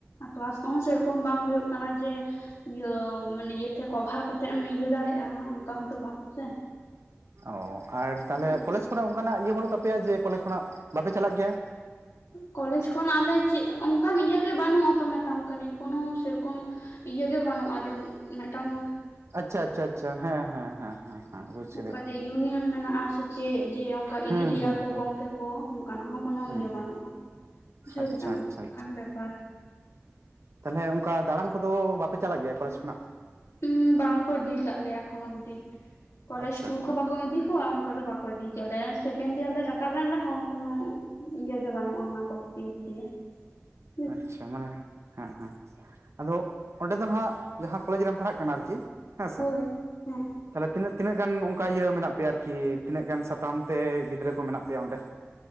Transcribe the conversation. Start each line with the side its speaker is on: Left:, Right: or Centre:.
Left: ᱠᱮᱞᱟᱥ ᱠᱚᱦᱚᱸ ᱥᱮᱨᱚᱠᱚᱢ ᱵᱟᱝ ᱦᱳᱭᱳᱜ ᱠᱟᱱᱟ ᱡᱮ ᱤᱭᱟᱹ ᱢᱟᱱᱮ ᱤᱭᱟᱹ ᱛᱮ ᱠᱚᱵᱷᱟᱨ ᱠᱟᱛᱮᱜ ᱮᱢ ᱤᱭᱟᱹ ᱫᱟᱲᱮᱜᱼᱟ ᱚᱝᱠᱟ ᱦᱚᱸᱛᱚ ᱵᱟᱝ ᱥᱮ᱾
Right: ᱚ ᱟᱨ ᱛᱟᱦᱞᱮ
Left: ᱦᱩᱸ
Right: ᱠᱚᱞᱮᱡᱽ ᱠᱷᱚᱱᱟᱜ ᱚᱱᱠᱟᱱᱟᱜ ᱤᱭᱟᱹ ᱵᱟᱹᱱᱩᱜ ᱛᱟᱯᱮᱭᱟ ᱡᱮ ᱠᱚᱞᱮᱡᱽ ᱠᱷᱚᱱᱟᱜ ᱵᱟᱯᱮ ᱪᱟᱞᱟᱜ ᱜᱮᱭᱟ?
Left: ᱠᱚᱞᱮᱪ ᱠᱷᱚᱱᱟᱜ ᱞᱮ ᱪᱮᱜ ᱚᱱᱠᱟᱱ ᱤᱭᱟᱹ ᱜᱮ ᱵᱟᱹᱱᱩᱜᱼᱟ ᱛᱚ ᱢᱮᱛᱟᱢ ᱠᱟᱱᱤᱧ, ᱠᱳᱱᱳ ᱥᱮᱨᱚᱠᱚᱢ ᱤᱭᱟᱹ ᱜᱮ ᱵᱟᱹᱱᱩᱜᱼᱟ ᱡᱮ ᱢᱤ-ᱢᱮᱜᱴᱟᱝ
Right: ᱟᱪᱪᱷᱟ ᱟᱪᱪᱷᱟ ᱟᱪᱪᱷᱟ, ᱦᱮᱸ ᱦᱮᱸ ᱦᱮᱸ ᱦᱮᱸ᱾ ᱦᱮᱸ ᱵᱩᱡᱽ
Left: ᱦᱩᱝᱠᱟ
Right: ᱠᱤᱫᱟᱹᱧ
Left: ᱡᱮ ᱤᱭᱩᱱᱤᱭᱚᱱ ᱢᱮᱱᱟᱜᱼᱟ ᱥᱮ ᱪᱮᱜ ᱡᱮ ᱚᱱᱠᱟ
Right: ᱦᱩᱸ
Left: ᱤᱫᱤᱞᱮᱭᱟ
Right: ᱦᱩᱸ
Left: ᱠᱚ
Right: ᱦᱩᱸ
Left: ᱜᱚᱝᱠᱮ ᱠᱚ ᱚᱱᱠᱟᱱᱟᱜ ᱦᱚᱸ ᱠᱳᱱᱳ
Right: ᱦᱩᱸ
Left: ᱤᱭᱟᱹ ᱵᱟᱹᱱᱩᱜᱼᱟ᱾ ᱵᱩᱡᱷᱟᱹᱣ
Right: ᱟᱪᱪᱷᱟ
Left: ᱠᱮᱫᱟᱢ
Right: ᱟᱪᱪᱷᱟ
Left: ᱚᱱᱠᱟᱱ ᱵᱮᱯᱟᱨ᱾
Right: ᱛᱟᱦᱞᱮ ᱚᱱᱠᱟ ᱫᱟᱬᱟᱱ ᱠᱚᱫᱚ ᱵᱟᱯᱮ ᱪᱟᱞᱟᱜ ᱜᱮᱭᱟ ᱠᱚᱞᱮᱡᱽ ᱠᱷᱚᱱᱟᱜ?
Left: ᱩᱸ ᱵᱟᱝ ᱠᱚ ᱤᱫᱤᱭᱠᱟᱜ ᱞᱮᱭᱟ ᱮᱠᱷᱚᱱ ᱚᱵᱫᱤ, ᱠᱚᱞᱮᱡᱽ
Right: ᱟᱪᱪᱷᱟ
Left: ᱴᱩᱨ
Right: ᱟᱪᱪᱷᱟ
Left: ᱠᱚ ᱵᱟᱠᱚ ᱤᱫᱤ ᱠᱚᱣᱟ ᱚᱱᱠᱟ ᱫᱚ ᱵᱟ ᱠᱚ ᱤᱫᱤᱭᱠᱟᱜ ᱞᱮ ᱥᱮᱠᱮᱱ ᱰᱤᱭᱟᱨ ᱞᱮ ᱨᱟᱠᱟᱵ ᱮᱱ ᱨᱮᱦᱚᱸ ᱠᱳᱱᱚ ᱤᱭᱟᱹ ᱜᱮ ᱵᱟᱱᱩᱜᱼᱟ ᱚᱱᱟ ᱠᱚ ᱫᱤᱠ ᱫᱤᱭᱮ᱾ <inaudible>
Right: ᱟᱪᱪᱷᱟ, ᱢᱟᱱᱮ ᱦᱮᱸ-ᱦᱮᱸ, ᱟᱫᱚ ᱚᱸᱰᱮ ᱫᱚ ᱱᱟᱦᱱᱟᱜ ᱡᱟᱦᱟᱸ ᱠᱚᱞᱮᱡᱽ ᱨᱮᱢ ᱯᱟᱲᱦᱟᱜ ᱠᱟᱱᱟ ᱟᱨᱠᱤ ᱦᱮᱸᱥᱮ
Left: ᱦᱳᱭ ᱦᱮᱸ
Right: ᱛᱟᱞᱮ ᱛᱤᱱᱟᱹᱜ ᱛᱤᱱᱟᱹᱜ ᱜᱟᱱ ᱚᱱᱠᱟ ᱤᱭᱟᱹ ᱢᱮᱱᱟᱜ ᱯᱮᱭᱟ ᱟᱨᱠᱤ ᱛᱤᱱᱟᱹᱜ ᱜᱟᱱ ᱥᱟᱛᱟᱢ ᱛᱮ ᱜᱤᱫᱽᱨᱟᱹ ᱠᱚ ᱢᱮᱱᱟᱜ ᱯᱮᱭᱟ ᱚᱸᱰᱮ